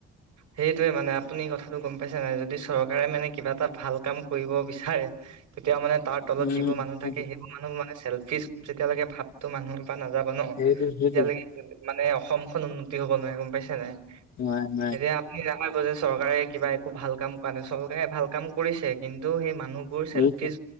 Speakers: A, on the right (about 75°); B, on the left (about 60°).
A: সেইটোৱে মানে আপুনি কথা টো গম পাইছে নাই যদি চৰকাৰে মানে কিবা এটা ভাল কাম কৰিব বিচাৰে তেতিয়া মানে তাৰ তলত
B: উম,
A: যিবোৰ মানুহ থাকে
B: সেইটো
A: সেইবোৰ মানুহ মানে চল্ফি যেতিয়ালৈে ভাপটো মানুহ নাযাবা ন
B: সেইটো সেইটোৱে
A: তেতিয়ালকে মানে অসমখন উন্নতি হব নোৱাৰে গম পাইছে নাই
B: নাই নাই
A: এতিয়া আপুনি জানে বজেছ চৰকাৰে কিবা একো ভাল কাম কৰা নাই চৰকাৰে ভাল কাম কৰিছে কিন্তু সেই মানুহ বোৰ চেল্ফিচ
B: বুজিছে